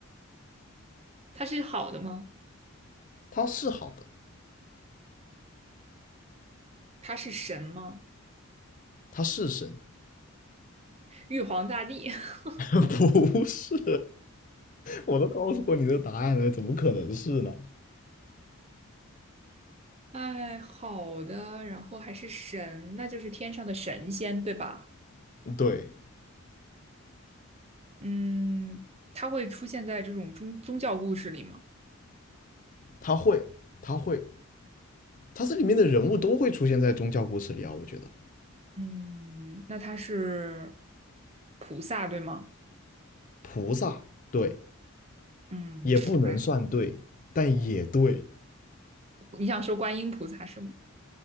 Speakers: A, on the right (about 30°); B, on the left (about 35°).
A: 他是好的吗？
B: <laughs> 他是好的，
A: 他是神吗？
B: 他是神，
A: 玉皇大帝，<laughs>
B: <laughs> 不是。我都告诉过你的答案了，怎么可能是呢？
A: 哎，好的，然后还是神，那就是天上的神仙，对吧？
B: 对，
A: 嗯，他会出现在这种宗宗教故事里吗？
B: 他会，他会，他这里面的人物都会出现在宗教故事里啊。我觉得
A: 嗯，那他是菩萨，对吗？
B: 菩萨对，
A: 嗯，
B: 也不能算对，
A: 哎，
B: 但也对，
A: 你想说观音菩萨是吗？